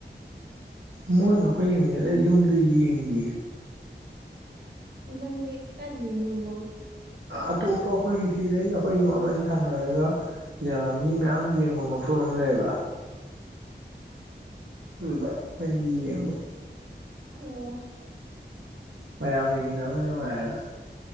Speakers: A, on the right; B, on the right.
A: ꯃꯣꯏꯒ ꯑꯩꯈꯣꯏ ꯌꯦꯡꯃꯤꯟꯅꯦ ꯑꯩ ꯌꯨꯝꯗ ꯌꯦꯡꯗꯦ
B: ꯅꯪꯗꯤ ꯀꯥꯏꯗ ꯌꯦꯡꯕ ꯕꯣꯜ
A: ꯑꯇꯣꯞꯄ ꯑꯩꯈꯣꯏꯒꯤ ꯁꯤꯗꯩ ꯑꯩꯈꯣꯏꯒꯨꯝ ꯑꯃꯅꯤ ꯊꯪꯅꯔꯒ ꯌꯥꯝ ꯃꯤ ꯃꯌꯥꯝ ꯌꯦꯡꯕ ꯃꯐꯝ ꯑꯃ ꯂꯩꯌꯦꯕ ꯗꯨꯗ ꯑꯩꯅ ꯌꯦꯡꯕ
B: ꯍꯥꯜꯂꯣ
A: ꯃꯌꯥꯝ ꯌꯦꯅꯡꯃꯤꯟꯅꯕꯅ ꯅꯨꯡꯉꯥꯏꯔꯅ